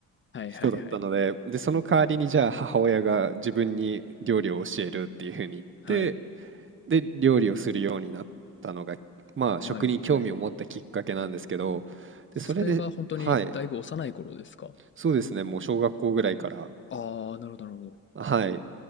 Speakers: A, on the left; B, on the right.
A: はいはいはい。
B: 人だったので、で、その代わりにじゃあ母親が自分に料理を教えるっていうふうに言って、
A: はい。
B: で、料理をするようになったのが、まあ食に興味を持ったきっかけなんですけど、
A: はいはい。
B: で、
A: それが本当にだいぶ幼い頃ですか？
B: それで、はい。そうですね。もう小学校ぐらいから、
A: ああー、なるほどなるほど。
B: はい。